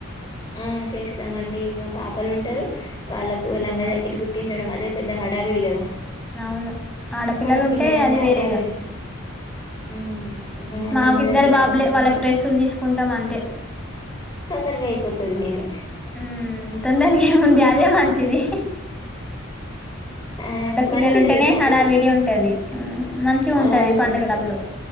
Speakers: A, on the left (about 20°); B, in the centre.
A: ఆ చేస్తామండి ఇంకా పాపలు ఉంటారు వాళ్ళకు
B: అవునా
A: లంగా జాకెట్ కుట్టించడం అదే పెద్ద హడా విడి కదా
B: అవును ఆడపిల్లలు
A: ఆడపిల్లలంటే
B: ఉంటే అది వేరేగా
A: హడావిడి మ్మ్ ఇంగ
B: మాకి
A: లంగా
B: ఇద్దరు
A: జాకెట్
B: బాబులే
A: కోసం
B: వాళ్ళకి
A: అని
B: డ్రస్సులు తీసుకుంటాం అంతే
A: తొందరగా అయిపోతుంది మీది
B: ఉ తొందరకి ముందే
A: హ్మ్.
B: అదే మంచిధి
A: ఆ
B: ఆడపిల్లలు
A: మంచిది
B: ఉంటేనే
A: కానీ
B: హడవిడి ఉంటది మంచి
A: హడావిడి
B: ఉంటది పంండగలప్పుడు
A: ఉంటది